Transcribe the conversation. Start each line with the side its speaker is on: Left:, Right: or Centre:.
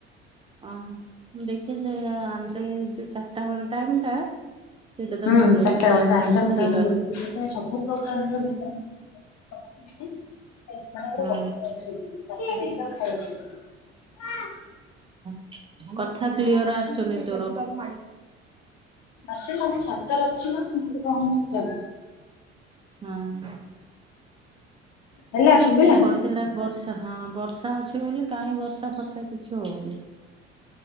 Right: ଅ ହଁ ମୁ ଦେଖିଛି ଏ ଯୋଉ ଚାରିଟା ବେଳ ଟାଇମ ଟା ସେଇଟା ତାକୁ
Left: ହୁଁ
Right: ଗୋଳେଇକି
Left: ଚାରିଟା
Right: ଦେଇ
Left: ବେଳ
Right: ଦିଅନ୍ତି
Left: ଟାଇମ ଟା ମୁଁ
Right: କ୍ଷୀରରେ
Left: ତାଙ୍କୁ ଦଉଚି ସେଥିରେ ସବୁ ପ୍ରକାର ର ଭିଟାମିନ <unintelligible> ମାନେ
Right: ହଁ
Left: ଗୋଟେ ଗଛ ତଳକୁ ନେଇଯିବି ତାକୁ ସେଠି ଖାଇବାକୁ ଦେବି।
Right: <unintelligible> କଥା କ୍ଲିୟର ଆସୁନି ତୋର। <inaudible>
Left: ଆସିଲୁ ମୁଁ ଛାତରେ ଅଛି ନା। <inaudible>
Right: ହଁ।
Left: ହେଲା ଶୁଭିଲା।
Right: ଯେ କହିଥିଲା ବର୍ଷ ହଁ ବର୍ଷା ବର୍ଷା ଅଛି ବୋଲି କାଇଁ ବର୍ଷା ଫର୍ଷା କିଛି ହଉନି।